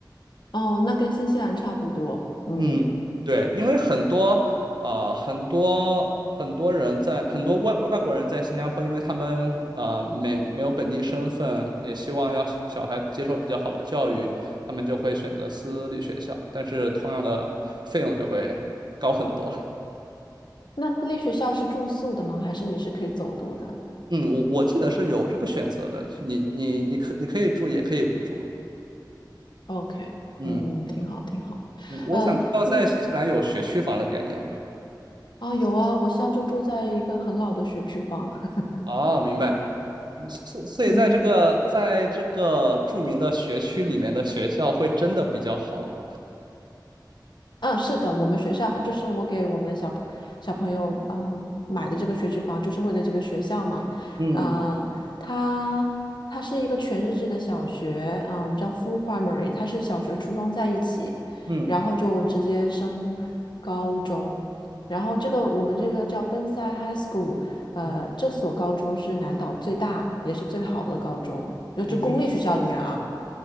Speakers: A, on the left; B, on the right.
A: 哦，那跟新西兰差不多。嗯，
B: 嗯，对，因为很多呃很多很多人在很多外外外国人在新加坡，因为他们呃没没有本地身份，也希望要小小孩接受比较好的教育，他们就会选择私立学校，但是同样的费用就会高很多。
A: 那私立学校是住宿的吗？还是也是可以走读的
B: 嗯，我我记得是有这个选择的，你你你可你可以住，也可以不住啊。
A: ？OK，
B: 嗯
A: 嗯，挺好，挺好。
B: 嗯，我想知道在新西兰有学区房的概念吗？
A: 呃，嗯，啊，有啊，我现在就住在一个很老的学区房。<laughs>
B: 哦，明白。所所以在这个在这个著名的学区里面的学校会真的比较好吗？
A: 嗯，嗯，是的，我们学校就是我给我们小朋小朋友嗯买的这个学区房，就是为了这个学校嘛。
B: 嗯
A: 呃，它它是一个全日制的小学，啊、我们叫 full primary，它是小学、初中在一起，
B: 嗯
A: 然后就直接升高中。然后这个我们这个叫 Bonsai High School，呃，
B: 嗯
A: 这所高中是南岛最大也是最好的高中，就就公立学校里面啊。
B: 嗯嗯，